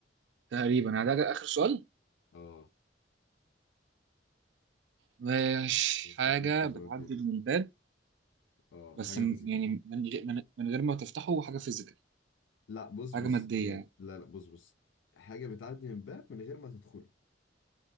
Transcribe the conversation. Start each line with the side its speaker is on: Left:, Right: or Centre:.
Right: تقريبا يعني ده اخر سؤال
Left: اه
Right: ماشي
Left: ونشوف
Right: حاجة
Left: فين الكسبان
Right: بتعدي
Left: فين
Right: من الباب
Left: اه
Right: بس
Left: حاجة
Right: م-
Left: فيزيكال
Right: يعني من غير من من غير ما تفتحه حاجة فيزيكال
Left: لا بص
Right: حاجة
Left: بص
Right: مادية
Left: يعني
Right: يعني
Left: لا لا بص بص حاجة بتعدي من باب من غير ما تدخله